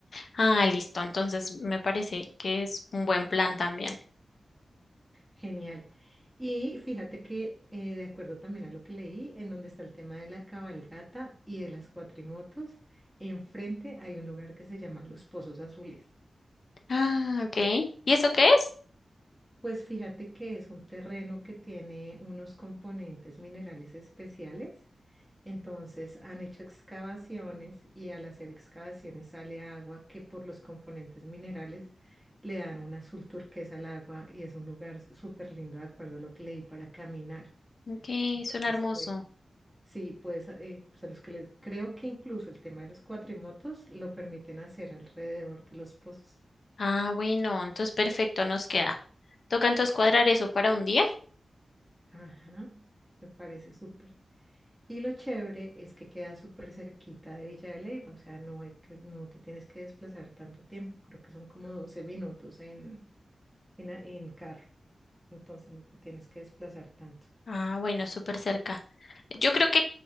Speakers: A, on the left; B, in the centre.
A: Ah, listo. Entonces me parece que es un buen plan también.
B: Genial. Y fíjate que, eh, de acuerdo también a lo que leí, en donde está el tema de la cabalgata y de las cuatrimotos, enfrente hay un lugar que se llama Los Pozos Azules.
A: Ah, ok. ¿Y eso qué es?
B: Pues fíjate que es un terreno que tiene unos componentes minerales especiales Entonces han hecho excavaciones y al hacer excavaciones sale agua que por los componentes minerales le dan un azul turquesa al agua y es un lugar súper lindo de acuerdo a lo que leí para caminar.
A: Ok,
B: Entonces,
A: suena hermoso.
B: pues, sí, pues, eh, pues a los que les creo que incluso el tema de los cuatrimotos lo permiten hacer alrededor de los pozos.
A: Ah, bueno, entonces perfecto, nos queda. Toca entonces cuadrar eso para un día.
B: Ajá, me parece súper. Y lo chévere es que queda súper cerquita de Villa de Leyva, o sea, no hay que, no te tienes que desplazar tanto tiempo, creo que son como 12 minutos en, en, a- en carro, entonces no te tienes que desplazar tanto.
A: Ah, bueno, súper cerca. Yo creo que